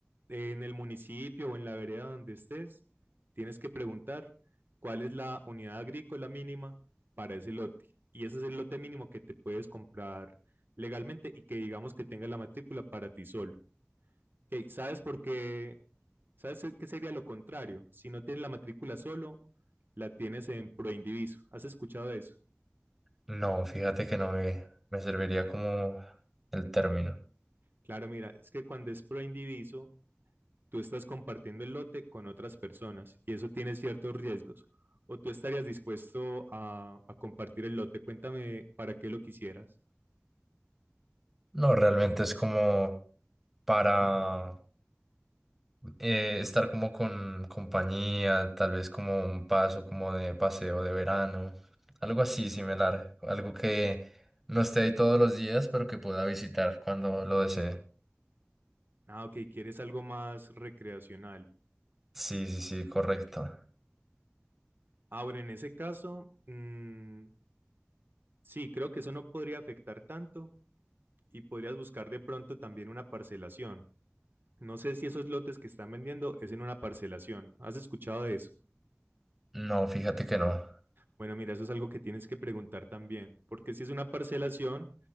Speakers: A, on the right; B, in the centre.
A: en el municipio o en la vereda donde estés, tienes que preguntar cuál es la unidad agrícola mínima para ese lote. Y ese es el lote mínimo que te puedes comprar legalmente y que digamos que tenga la matrícula para ti solo. Ok, ¿Sabes por qué? ¿Sabes qué sería lo contrario? Si no tienes la matrícula solo, la tienes en proindiviso. ¿Has escuchado eso?
B: No, fíjate que no me, me serviría como el término.
A: Claro, mira, es que cuando es proindiviso tú estás compartiendo el lote con otras personas y eso tiene ciertos riesgos. ¿O tú estarías dispuesto a, a compartir el lote? Cuéntame para qué lo quisieras.
B: No, realmente es como para eh, estar como con compañía, tal vez como un paso como de paseo de verano, algo así similar, algo que no esté ahí todos los días, pero que pueda visitar cuando lo desee.
A: Ah, ok, quieres algo más recreacional.
B: Sí, sí, sí, correcto.
A: Ahora, en ese caso, mm, Sí, creo que eso no podría afectar tanto y podrías buscar de pronto también una parcelación. No sé si esos lotes que están vendiendo es en una parcelación. ¿Has escuchado de eso?
B: No, fíjate que no.
A: Bueno, mira, eso es algo que tienes que preguntar también, porque si es una parcelación,